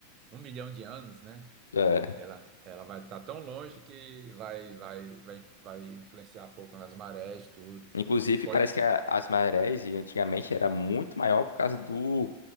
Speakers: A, on the right (about 35°); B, on the left (about 70°).
A: um milhão de anos, né?
B: é,
A: Ela, ela vai estar tão longe que vai, vai, vai, vai influenciar pouco nas marés, tudo.
B: Inclusive,
A: E pode
B: parece que a- as marés e antigamente era muito maior por causa do